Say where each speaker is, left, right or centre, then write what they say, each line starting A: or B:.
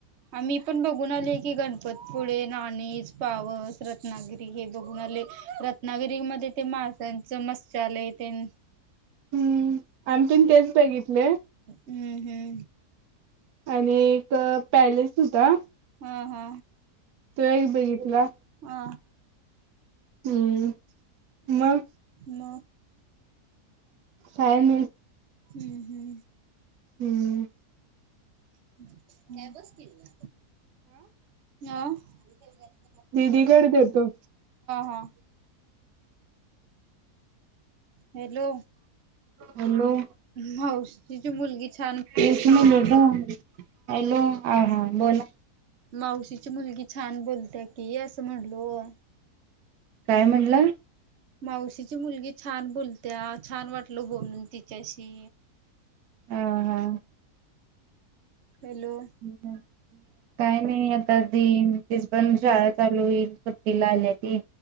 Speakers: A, on the right (about 55°); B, on the right (about 70°).
A: आम्ही पण बघून आलोय की गणपतपुळे, नाणीज, पावस, रत्नागिरी हे बघून आलेय रत्नागिरीमध्ये ते माशांचं मत्स्यआलय तेन
B: हम्म आम्ही पण तेच बघितलय.
A: हुं हुं
B: आणि एक पॅलेस हुता
A: हा हा
B: तो एक बघितला.
A: हा
B: हम्म मग
A: म
B: काय म
A: हुं हुं
B: हुं
A: <inaudible> नाय बसतील ना <unintelligible> <unintelligible>
B: दिदी कड देतो.
A: हा हॅलो
B: हॅलो
A: माऊशीची मुलगी छान म्हणते
B: एक
A: की
B: मिनिट
A: तुम
B: हं हॅलो हाय हा बोला
A: मावशीची मुलगी छान बोलत्या की असं म्हणलोय.
B: काय म्हणला
A: मावशीची मुलगी छान बोलत्या. छान वाटल बोलून तिच्याशी
B: हा हा
A: हॅलो ह
B: काही नाही आ ता देईन तीच पण शाळा चालू होईल सुट्टीला आल्या ती